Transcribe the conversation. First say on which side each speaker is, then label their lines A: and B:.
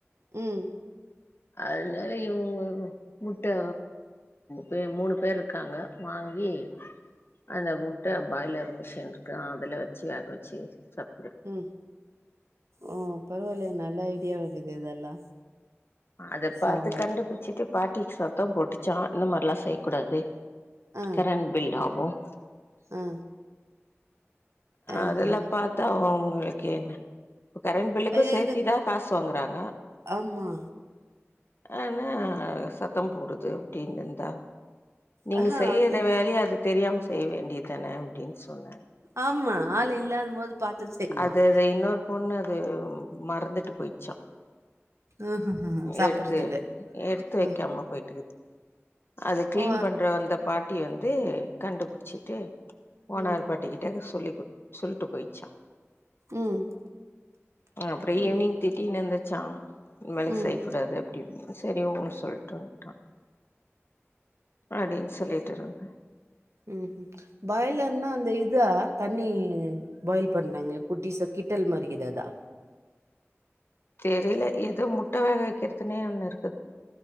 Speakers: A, on the right; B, on the left.
A: உம்
B: அதனால இவங்க முட்டை பே மூணு பேர் இருக்காங்க வாங்கி
A: உ <inaudible>
B: அந்த முட்டை பாய்லர் மிஷின் இருக்கு அதுல வச்சு வேக வச்சு சாப்
A: உம் ஓ பரவாயில்லை நல்ல ஐடியா ஆகுது இதெல்லாம்
B: அதை
A: செம.
B: பார்த்து கண்டுபிச்சுட்டு பாட்டிக்கு சத்தம் போட்டுச்சான் இந்த மாதிரி எல்லாம் செய்யக்கூடாது
A: ஆ,
B: கரண்ட் பில் ஆகும்
A: ஆ, ஆஹ.
B: அதெல்லாம் பாத்தா உங்களுக்கு என்ன இப்ப கரண்ட் பில்லுக்கும்
A: இது
B: சேர்த்திதான்
A: இதுக்
B: காசு வாங்குறாங்க
A: ஆமா.
B: ஆன சத்தம் போடுது அப்படின்னு இருந்தா நீங்க
A: ஆஹா
B: செய்யற
A: அது
B: வேலையை அது தெரியாம செய்ய வேண்டியதானே அப்படின்னு சொன்னேன்
A: ஆமா ஆள் இல்லாத போது பார்த்து செய்யணும்
B: அது அது இன்னொரு பொண்ணு அது மறந்துட்டு போயிச்சா
A: ம்ஹ்ஹ்ம். சாப்பிடுறதுக்கு.
B: எடுத்து எடுத்து வெக்காம
A: அ.
B: போய்ட்டுக்கீது அது கிளீன்
A: ஓ!
B: பண்ற வந்த பாட்டி வந்து கண்டுபிடிச்சிட்டு ஓனர்
A: ம்.
B: பாட்டிக்கிட்டே சொல்லி சொல்லிட்டு போயிச்சா
A: ம்.
B: அப்புறம்
A: ம்.
B: ஈவி்னிங் திட்டினுந்துச்சா இன மேலு
A: ம்.
B: செய்யக்கூடாது அப்படி சரி ன்னு சொல்லிட்டு வந்துட்டா அப்டின்னு சொல்லிட்டு இருந்தே
A: ம்ஹூம் பாய்லர்ன்னா அந்த இதா தண்ணி பாயில் பண்றாங்களே குட்டிசா கிட்டல் மாரிருக்கிதே அதா
B: தெரியல ஏதோ முட்ட வேக வைக்கிறதுனே ஒண்ணு இருக்